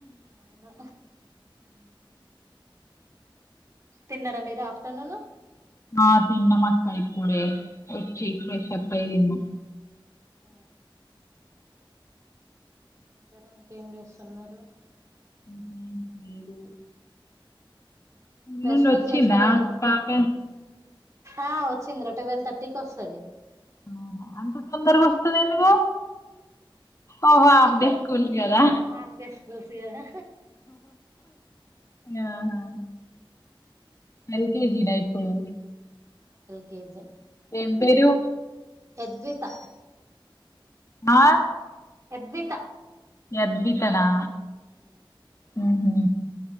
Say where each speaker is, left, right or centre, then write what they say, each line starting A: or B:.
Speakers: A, on the right (about 35°); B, on the left (about 35°).
A: అవును తిన్నారా మీరు ఆఫ్టర్నూను
B: ఆ తిన్నాం అక్క ఇప్పుడే వచ్చి ఫ్రెష్అప్ అయ్యి దిన్నం
A: ఆ ఇంకారా ఇంకేం జెస్తున్నారు
B: ఏమ్ ఏమున్నాయ్ స్కూల్
A: ఫెస్టివల్
B: నుండి వచ్చిందా
A: కి వెళ్తలేరా
B: పాప
A: ఆ వచ్చింది రా టువల్వ్ థర్టీకి వస్తది
B: అవునా అంత తొందరగా వస్తది ఏంది మే ఓహో హాఫ్
A: ఇక్కడ
B: డే స్కూల్స్ గదా
A: హాఫ్ డే స్కూల్స్ కదా
B: ఆహా ఎల్కేజీనా ఇప్పుడు
A: కేజే
B: ఏం పేరు
A: ఎద్విత
B: ఆ
A: ఎద్విత
B: యద్విత నా
A: ఉమ్
B: ఉహు